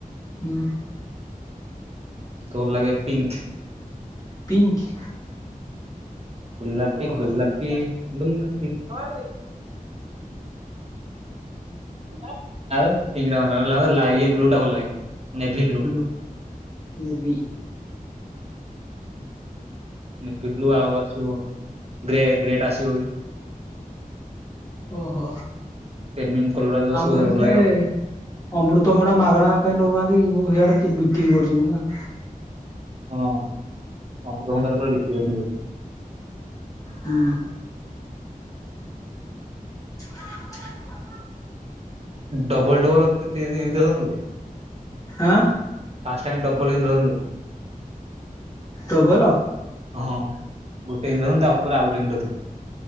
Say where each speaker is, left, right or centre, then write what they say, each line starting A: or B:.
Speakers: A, on the left; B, on the right.
A: ହୁଁ।
B: ତୋର ଲାଗେ ପିଙ୍କ୍।
A: ପିଙ୍କ୍।
B: ଗୋଲାପୀ
A: ଓହୋ
B: ଗୋଲାପୀ ଗୋଲାପୀ ଗୋଲା <unintelligible> ପିଙ୍କ ବ୍ଲୁ ଟା ଭଲ ଲାଗେ। ନେଭି ଟା
A: ବ୍ଲୁ ନେବି।
B: ନେଭି ବ୍ଲୁ ଆଉ ଆସିବ ଗ୍ରେ ଗ୍ରେଡ ଆସିବ ବି।
A: ଓହୋ
B: ପ୍ରେମିୟମ କଲର ଯୋଉ ଆସିବ
A: ଆମର
B: ଭଲ
A: କେ
B: ଲାଗେ ଆଉ
A: ଅମୃତ ଭଣ୍ଡା ମାଗଣା କାଇଁ ନଉନାହାନ୍ତି ହେଇଆଡେ ବିକ୍ରି କରୁଛନ୍ତି ନା?
B: ହଁ ଅମୃତ ଭଣ୍ଡା ପରେ ବିକ୍ରି ହୋଇନି ସେପଟେ।
A: ହୁଁ। <inaudible>
B: ଡବଲ ଡବଲ ଇନ୍ଦ୍ରଧନୁ ବେ
A: ଆଁ।
B: ଫାଷ୍ଟ ଟାଇମ୍ ଡବଲ ଇନ୍ଦ୍ରଧନୁ।
A: ଡବଲ
B: ହଁ ଗୋଟେ ଇନ୍ଦ୍ରଧନୁ ତା ଉପରେ ଆଉ ଗୋଟେ ଇନ୍ଦ୍ରଧନୁ।